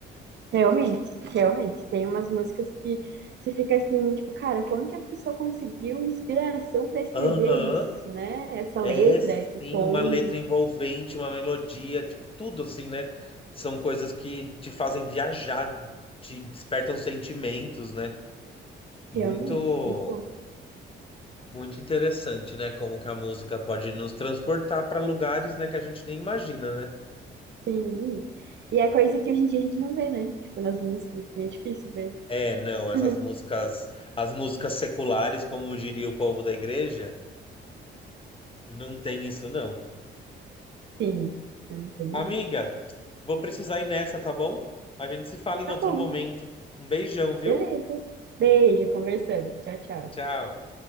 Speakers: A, on the right; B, on the left.
A: Realmente, realmente. Tem umas músicas que você fica assim, tipo, cara, como que a pessoa conseguiu inspiração para escrever
B: Aham,
A: isso, né? Essa
B: é
A: letra,
B: sim,
A: esse tom.
B: uma letra envolvente, uma melodia, tipo, tudo assim, né? São coisas que te fazem viajar, te despertam sentimentos, né? Muito.
A: Realmente, muito bom.
B: Muito interessante, né? Como que a música pode nos transportar para lugares, né, que a gente nem imagina, né?
A: Sim. E é coisa que hoje em dia a gente não vê, né? Tipo, nas músicas, assim, é difícil ver.
B: É, não, essas
A: <laughs>
B: músicas, as músicas seculares, como diria o povo da igreja, não tem isso não.
A: Sim, não tem.
B: Amiga,
A: mais.
B: vou precisar ir nessa, tá bom? A gente se fala em
A: Tá
B: outro
A: bom,
B: momento. Um beijão, viu?
A: beleza. Beijo, conversamos. Tchau, tchau.
B: Tchau.